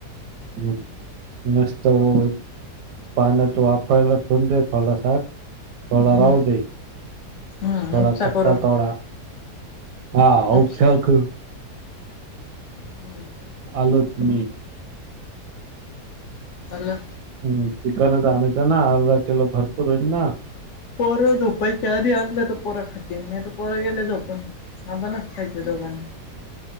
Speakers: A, on the right (about 80°); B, on the left (about 60°).
A: मग. मस्त ओत... पाण्यात वाफायला ठेवून दे थोडासा थोडा
B: हम्म
A: राहू दे...
B: हम्म
A: थोडा
B: उपसा
A: कच्चा
B: करून
A: थोडा हा
B: उपसा
A: उपचार कर
B: हम्म.
A: आलोच मी.
B: आलं.
A: हहूं... चिकनच आणायचं ना... अर्धा किलो... भरपूर होईल ना?
B: पोरं झोपायच्या आधी आणलं तर पोरं खातील.. नाही तर पोरं गेले झोपून आपणच खायचं दोघांनी.